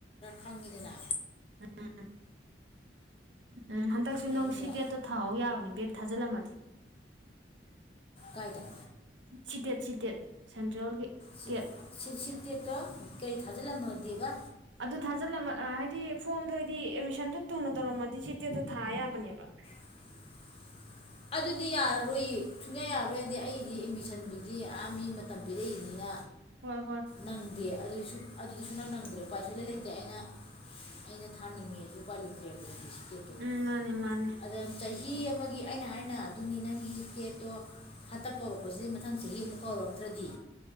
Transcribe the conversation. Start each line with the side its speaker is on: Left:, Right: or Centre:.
Left: ꯍꯪꯉꯤꯗꯅ
Right: ꯎꯝ ꯎꯝ ꯍꯟꯗꯛꯁꯨ
Left: ꯑꯩꯉꯣꯟꯗ
Right: ꯅꯪ ꯁꯤ ꯇꯦꯠꯇꯣ ꯊꯥꯍꯧ ꯌꯥꯕꯅꯦ ꯕꯦꯠ ꯊꯥꯖꯜꯂꯝꯃꯒꯦ
Left: ꯀꯥꯏꯗ
Right: ꯁꯤꯇꯦꯠ ꯁꯤ ꯇꯦꯠ ꯁꯦꯟꯇ꯭ꯔꯦꯜꯒꯤ
Left: ꯁꯤ
Right: ꯇꯦꯠ
Left: ꯁꯤ ꯁꯤꯇꯦꯠꯇꯣ ꯀꯩ ꯊꯥꯖꯜꯂꯝꯃꯒꯦꯕ
Right: ꯑꯗꯨ ꯊꯥꯖꯜꯂꯝꯃ ꯍꯥꯏꯗꯤ ꯐꯣꯝꯗꯣ ꯍꯥꯏꯗꯤ ꯑꯦꯗꯃꯤꯁꯟꯗꯣ ꯊꯨꯅ ꯇꯧꯔꯝꯃꯗꯤ ꯁꯤꯇꯦꯠꯇꯣ ꯊꯥ ꯌꯥꯕꯅꯦꯕ
Left: <inaudible> ꯑꯗꯨꯗꯤ ꯌꯥꯔꯔꯣꯏꯌꯦ ꯁꯨꯡꯌꯥ ꯌꯥꯔꯔꯣꯏꯗꯤ ꯑꯩꯗꯤ ꯑꯦꯠꯃꯤꯁꯟꯗꯨꯗꯤ ꯃꯤ ꯃꯇꯝ ꯄꯤꯔꯛꯏꯅꯤꯅ
Right: ꯍꯣꯢ
Left: ꯅꯪꯗꯦ ꯑꯗꯨꯁꯨ ꯑꯗꯨꯗꯤ ꯁꯨꯅꯪ ꯅꯪꯗ꯭ꯔꯦ ꯎꯄꯥꯏ ꯁꯨꯡꯂꯩ ꯂꯩꯇꯦ ꯑꯩꯅ ꯑꯩꯅ ꯊꯥꯅꯤꯡꯉꯦꯁꯨ ꯎꯄꯥꯏ ꯂꯩꯇ꯭ꯔꯦꯕ ꯑꯗꯨꯗꯤ ꯁꯤꯄꯦꯠꯇꯣ
Right: ꯎꯝ ꯃꯥꯅꯦ ꯃꯥꯅꯦ
Left: ꯑꯗ ꯆꯍꯤ ꯃꯤ ꯑꯃꯒꯤ ꯑꯩꯅ ꯍꯥꯏꯅ ꯑꯗꯨꯅꯤ ꯅꯪꯒꯤ ꯇꯦꯠꯇꯣ ꯍꯟꯇꯛ ꯀꯧꯔꯛꯄꯁꯤꯗꯩ ꯃꯊꯪ ꯆꯍꯤ ꯑꯃꯨꯛ ꯀꯧꯔꯛꯇ꯭ꯔꯗꯤ